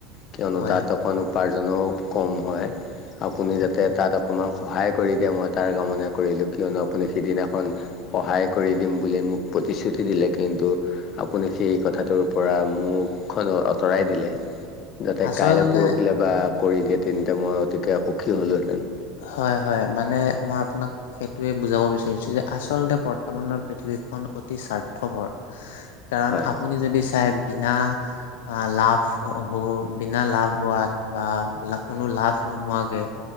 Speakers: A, on the left (about 45°); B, on the left (about 70°).
A: কিয়নো
B: হয়
A: তাত অকণ উপাৰ্জনো কম হয় আপুনি
B: হয়
A: যাতে তাত আপ অকণমান সহায় কৰি দিয়ে মই তাৰ কামনা কৰিলো কিয়নো আপুনি সিদিনাখন সহায় কৰি দিম বুলি মোক প্ৰতিশ্ৰুতি দিলে কিন্তু আপুনি সেই কথাটোৰ পৰা মুখখনো আঁতৰাই দিলে যাতে
B: আচলতে
A: কাইলে পৰহিলে বা কৰি দিয়ে তেন্তে মই অতিকে সুখী হ'লোহেতেন
B: হয় হয় মানে মই আপোনাক সেইটোৱে বুজাব বিচাৰিছো যে আচলতে বৰ্তমানৰ পৃথিৱীখন অতি স্বাৰ্থপৰ কাৰণ
A: হয়।
B: আপুনি যদি চাই বিনা লাভ হ বিনা লাভ হোৱাত বা লা কোনো লাভ নোহোৱাকে